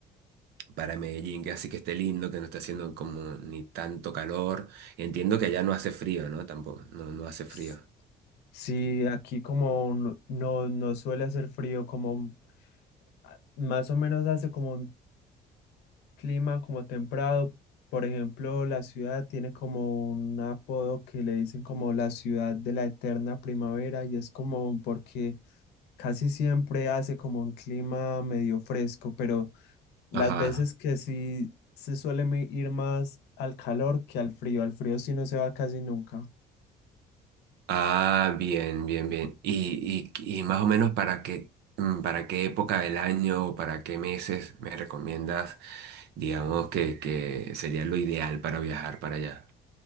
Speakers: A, on the right (about 75°); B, on the left (about 80°).
A: para Medellín, que así que esté lindo, que no esté haciendo como ni tanto calor. Entiendo que allá no hace frío, ¿no? Tampoco, no, no hace frío.
B: Ps, Sí, aquí como no, no no suele hacer frío, como ah, más o menos hace como un clima como templado. Por ejemplo, la ciudad tiene como un apodo que le dicen como la ciudad de la eterna primavera y es como porque casi siempre hace como un clima medio fresco, pero las
A: Ajá.
B: veces que sí se suele me- ir más al calor que al frío. Al frío sí no se va casi nunca.
A: Ah, bien, bien, bien. Y, y, y más o menos para qué, mm, para qué época del año o para qué meses me recomiendas, digamos, que, que sería lo ideal para viajar para allá.